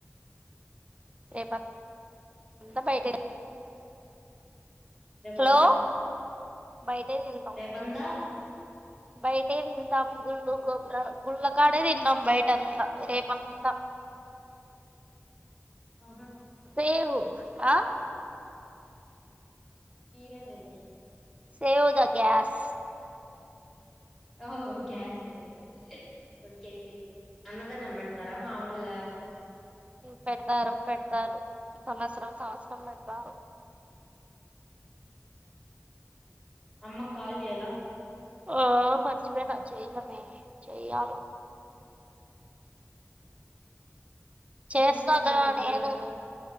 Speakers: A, on the right; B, in the centre.
A: రేపా అంత బయటే
B: రేప్
A: హలో
B: అంత
A: బయటే తింటాం
B: రేప్ అంత
A: బయటే తింటాం గుడ్లు గోపురాల గుల్లకాడే తిందాం బైట్టంత రేప్పంత
B: ఆహా
A: సేవు ఆహ్
B: మీర వేళె
A: సేవ్ థ గ్యాస్
B: ఓ క్యాజువల్ అంటి వోచ్చేసి అన్నదానం పెడతారా మామూలుగా
A: పెడ్తారు పెడ్తారు సంవత్సరం సంవత్సరం పెడతారు
B: అమ్మ కాల్ చేయాలే
A: ఓ మర్చిపోయినా చెయలెమే చెయాల చేస్తగా
B: ఏం చేస్తున్నాడు బుడ్డగాడు
A: నేను